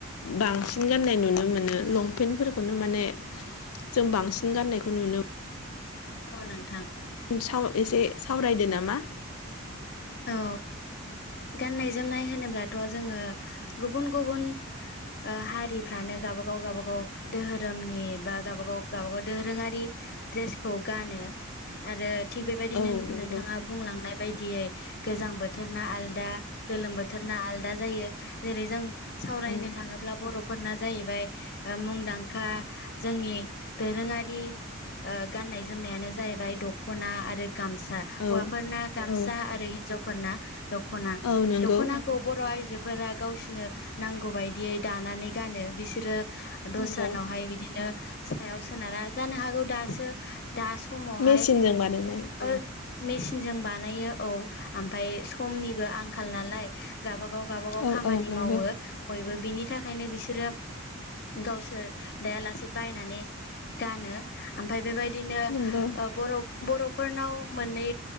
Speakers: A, on the left (about 80°); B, on the left (about 45°).
A: बांसिन गनाय नुनो मोनो लंपेनफोरखौनो माने जों बांसिन गाननायखौ नुनो
B: औ नोंथां।
A: साव एसे सावरायदो नामा।
B: औ गाननाय जोमनाय होनोब्लाथ' जोङो गुबुन गुबुन ओ हारिफ्रानो गावबागाव गावबागाव दोहोरोमनि बा गाबागाव गावबागाव दोरोङारि द्रेसखौ गानो। आरो थिग बेबायदिनो
A: औ नंगौ
B: नोंथाङा बुंलांनाय बायदियै गोजां बोथोरना आलदा गोलोम बोथोरना आलदा जायो जेरै जों सावरायनो
A: औ
B: थाङोब्ला बर'फोरना जाहैबाय ओ मुंदांखा जोंनि दोरोङारि ओ गाननाय जोमनायानो जाहैबाय दख'ना आरो गामसा।
A: औ
B: हौवाफोरना गामसा
A: औ
B: आरो हिनजावफोरना दख'ना।
A: औ नंगौ
B: दख'ना खौ बर' आइजोफोरा गावसिनो नांगौ बायदियै दानानै गानो बिसोरो दस्रानावहाय
A: नंगौ
B: बिदिनो सायाव सोनारा। जानो हागौ दासो दा समावहाय
A: मेचिनजों बानायनाय
B: ओ मेसिनजों बानायो औ ओमफाय समनिबो आंखाल नालाय गाबागाव गाबागाव
A: औ
B: खामानि
A: औ नंगौ
B: मावो बयबो। बिनि थाखायनो बिसोरो गावसोर दायालासे बायनानै गानो। ओमफाय बेबायदिनो
A: नंगौ
B: बर' बर'फोरनाव मोननै